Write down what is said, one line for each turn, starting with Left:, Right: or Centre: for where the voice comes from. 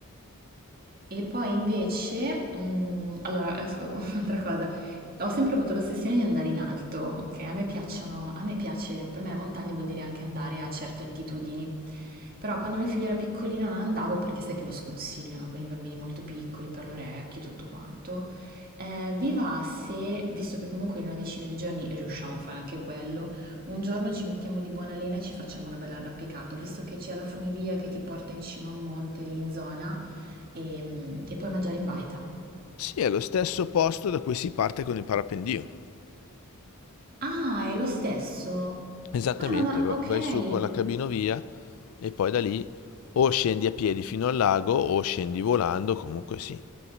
Right: E poi invece, mhmm, allora esco con <laughs> un'altra cosa, ho sempre avuto l'ossessione di andare in alto, okay, a me piacciono a me piace per me la montagna vuol dire anche andare a certe altitudini. Però quando mio figlio era piccolino non andavo perché sai che lo sconsigliano con i bambini molto piccoli, per le orecchie e tutto quanto. Ehm, vi va se, visto che comunque in una decina di giorni riusciamo a fare anche quello, un giorno ci mettiamo di buona lena e ci facciamo una bella arrampicata. Ho visto che c'è la funivia che ti porta in cima a un monte lì in zona e, e puoi mangiare in baita.
Left: Sì, è lo stesso posto da cui si parte con il parapendio.
Right: Ah, è lo stesso?
Left: Esattamente,
Right: Ah, non ho-
Left: va-
Right: ok.
Left: vai su con la cabinovia e poi da lì o scendi a piedi fino al lago o scendi volando, comunque sì.